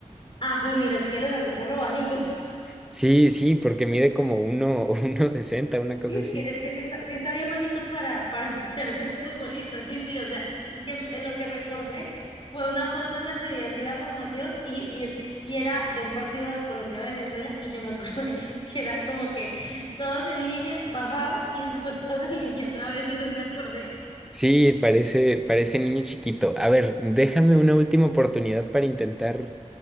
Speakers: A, on the left; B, in the centre.
A: Ah, pues mira, es que lo saqué por lo bajito. <laughs>
B: Sí, sí, porque mide como uno, <laughs> uno sesenta, una cosa
A: Sí, es
B: así.
A: que, es que sí está, sí está bien bajito para, para <laughs> ser de futbolista. Sí, sí, o sea, es que eh, lo que recordé fue una foto en la que vi así la formación y, y, y era de un partido de Colombia-Venezuela y yo me acuerdo <laughs> que, que era como que todos en línea, bajaba y <laughs> después todos en línea otra vez, entonces me acordé.
B: Sí, parece, parece niño chiquito. A ver, déjame una última oportunidad para intentar